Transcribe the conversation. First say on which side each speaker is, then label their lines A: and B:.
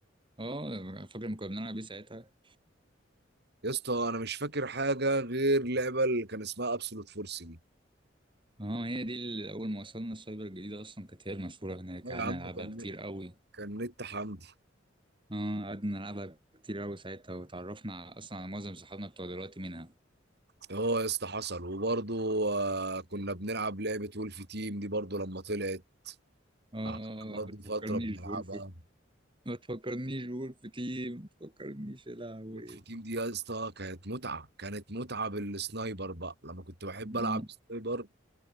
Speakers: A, on the right; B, on the right.
A: اه فاكر لما كنا بنلعب بيه ساعتها
B: يا اسطى انا مش فاكر حاجه غير لعبه اللي كان اسمها ابسولوت فورس دي
A: اه هي دي اللي أول ما وصلنا السايبر الجديدة أصلا كانت هي المشهورة هناك
B: آه
A: قعدنا
B: يا عم
A: نلعبها
B: كان
A: كتير قوي
B: كان نت حمد
A: اه قعدنا نلعبها كتير قوي ساعتها وتعرفنا على- أصلا على معظم صحابنا بتوع دلوقتي منها
B: اه يا اسطى حصل وبرضه آه، كنا بنلعب لعبة وولف تيم دي برضه لما طلعت
A: اه
B: قعدنا برضه
A: ما تفكرنيش
B: فترة بنلعبها
A: بولف ما تفكرنيش بولف تيم ما تفكرنيش يا لهوي
B: وولف تيم دي يا اسطى كانت متعة كانت متعة بالسنايبر بقى لما كنت بحب ألعب
A: آه.
B: سنايبر